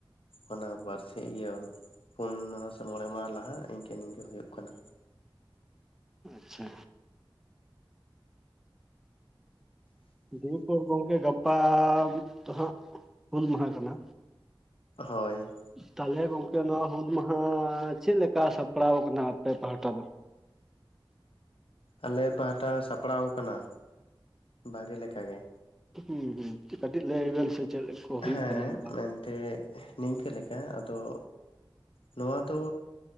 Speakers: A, on the left (about 85°); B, in the centre.
A: ᱚᱱᱟ ᱵᱟᱨ ᱥᱤᱧ ᱤᱭᱟᱹ ᱯᱩᱱ ᱢᱟᱦᱟ ᱥᱮ ᱢᱚᱬᱮ ᱢᱟᱦᱟ ᱞᱟᱦᱟ ᱤᱱᱠᱟᱹ ᱱᱤᱝᱠᱟ ᱦᱩᱭᱩᱜ ᱠᱟᱱᱟ
B: ᱟᱪᱪᱷᱟ ᱫᱤᱭᱮᱯᱚᱨ ᱜᱚᱝᱠᱮ ᱜᱟᱯᱟ ᱫᱚ ᱦᱟᱸᱜ ᱦᱩᱞ ᱢᱟᱦᱟ ᱠᱟᱱᱟ
A: ᱦᱳᱭ
B: ᱛᱟᱦᱚᱞᱮ ᱜᱚᱝᱠᱮ ᱱᱚᱣᱟ ᱦᱩᱞ ᱢᱟᱦᱟ ᱪᱮᱫᱞᱮᱠᱟ ᱥᱟᱯᱲᱟᱣ ᱟᱠᱟᱱᱟ ᱟᱯᱮ ᱯᱟᱦᱴᱟ ᱫᱚ
A: ᱟᱞᱮ ᱯᱟᱦᱴᱟ ᱥᱟᱯᱲᱟᱣ ᱠᱟᱱᱟ ᱵᱷᱟᱜᱤ ᱞᱮᱠᱟ ᱜᱮ
B: ᱦᱩᱸ ᱦᱩᱸ ᱠᱟᱹᱴᱤᱡ ᱞᱟᱹᱭ ᱵᱮᱱ ᱥᱮ ᱪᱮᱫ ᱠᱚ ᱦᱩᱭᱩᱜ
A: ᱦᱮᱸ
B: ᱠᱟᱱᱟ ᱵᱟᱝ
A: ᱢᱮᱱᱛᱮ ᱱᱤᱝᱠᱟᱹ ᱞᱮᱠᱟ ᱟᱫᱚ ᱱᱚᱣᱟ ᱫᱚ